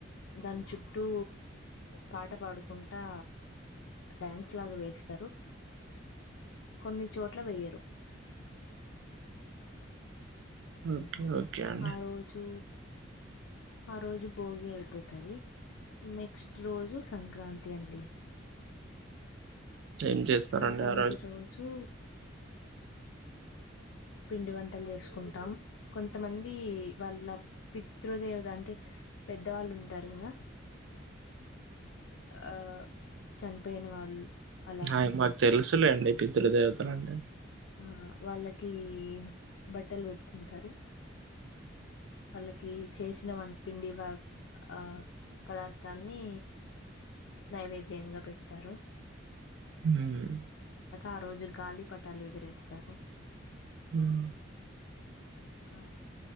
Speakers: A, on the left (about 75°); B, on the right (about 70°).
A: దాని చుట్టూ పాట పాడుకుంటా డ్యాన్స్ లాగా వేస్తారు కొన్ని చోట్ల వేయరు హ్మ్మ్
B: ఓకే ఓకే అండి
A: ఆ రోజు ఆ రోజు భోగి అయిపోతది నెక్స్ట్ రోజు సంక్రాంతి అండి
B: ఏం చేస్తారండి
A: సంక్రాంతి
B: ఆ
A: రోజు పిండి వంటలు చేసుకుంటాం కొంచ కొంతమంది వాళ్ళ పితృదేవత అంటే పెద్ద పెద్ద వాళ్ళు ఉంటారు కదా ఆ చనిపోయిన వాళ్ళు అలా
B: అ మాకు తెలుసులేండి
A: కా
B: పితృ దేవతలు అంటే
A: ఆ వాళ్ళకి బట్టలు పెట్టుకుంటారు వాళ్ళకి చేసిన వ పిండి ఆ పదార్థాలని నైవేద్యంగా పెడ్తారు
B: హ్మ్మ్
A: ఆ రోజు గాలి పటాలు ఎగరేస్తారు
B: హ్మ్మ్
A: ఆ